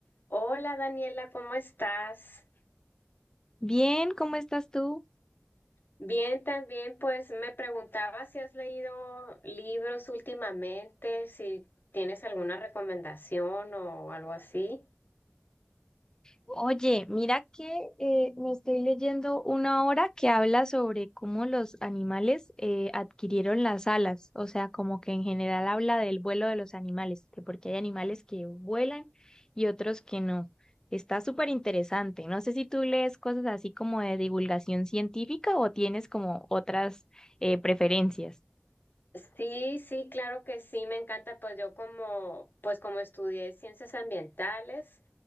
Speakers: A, on the left; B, on the left.
A: Hola Daniela, ¿cómo estás?
B: Bien, ¿cómo estás tú?
A: Bien, también pues me preguntaba si has leído libros últimamente, si tienes alguna recomendación o algo así.
B: Oye, mira que eh, me estoy leyendo una obra que habla sobre cómo los animales eh, adquirieron las alas, o sea, como que en general habla del vuelo de los animales, de por qué hay animales que vuelan y otros que no. Está súper interesante. No sé si tú lees cosas así como de divulgación científica o tienes como otras eh, preferencias.
A: Sí, sí, claro que sí, me encanta, pues yo como, pues como estudié ciencias ambientales,